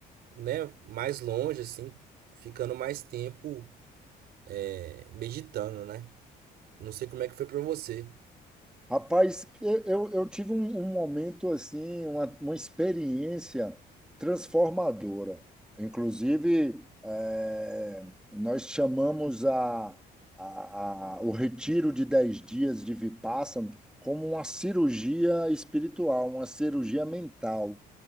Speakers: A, on the right; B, in the centre.
A: né, mais longe, assim, ficando mais tempo é, meditando, né? Não sei como é que foi pra você.
B: Rapaz, eu, eu eu tive um, um momento assim, uma, uma experiência transformadora. Inclusive, eh, nós chamamos a, a- a- o retiro de 10 dias de Vipassana como uma cirurgia espiritual, uma cirurgia mental,